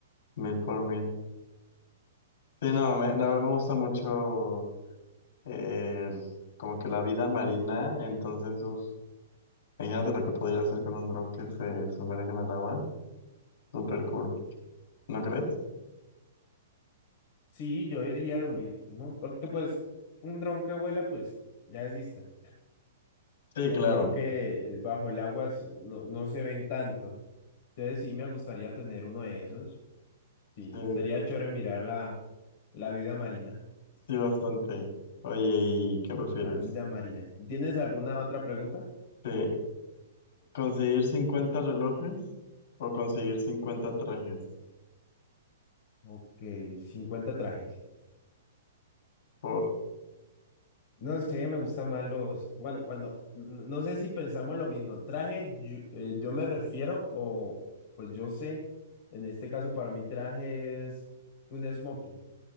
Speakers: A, on the left; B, on the left.
A: mil por mil. Sí, no, me, la verdad me gusta mucho el, como que la vida marina, entonces, uf, imagínate lo que podría hacer con un dron que se sumerge en el agua, súper cool, ¿no crees?
B: Sí, yo diría lo mismo, porque pues un dron que vuela pues ya existe.
A: Sí,
B: El
A: claro,
B: dron que eh, bajo el agua es- no, no se ven tanto. Entonces sí me gustaría tener uno de esos. Sí,
A: sí.
B: sería chévere mirar la, la vida marina.
A: Sí, bastante. Oye, ¿y qué prefieres?
B: La vida marina. ¿Tienes alguna otra pregunta?
A: ¿Te- ¿Conseguir 50 relojes o conseguir cincuenta trajes?
B: Ok, 50 trajes.
A: Por...
B: No sé, me gustan más los, bueno, cuando, n- no sé si pensamos lo mismo, traje, yo, eh, yo me refiero, o pues yo sé, en este caso para mí traje es un smoking,